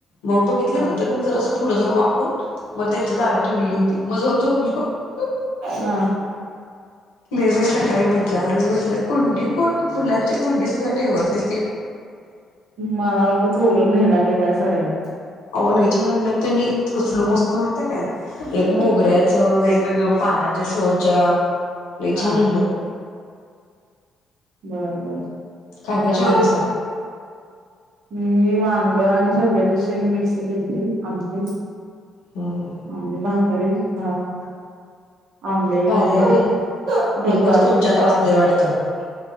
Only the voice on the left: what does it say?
मग बघितल्यानंतर
मं जरास पुढं जाऊन वाकून म त्यांच्या दारात ठेवलेली होती म जाऊन झोपलो. <inaudible>
लय बाई सकाळी मज्जा आली म्हटलं कुंडी कोण फुलांची कुंडी सुद्धा ठेवत नाई.
आवा लई छान आणल्यात तेनी, कसलं मस्त म्हयत्याय काय एक मोगऱ्या तं वेगवेगळं पाण्याच्या शोच्या लय
छान आणल्यात.
काय
काय जेवलासा
हम्म
भारी
आहे बाई
एकच तुमच्यात
असतंय वाटतं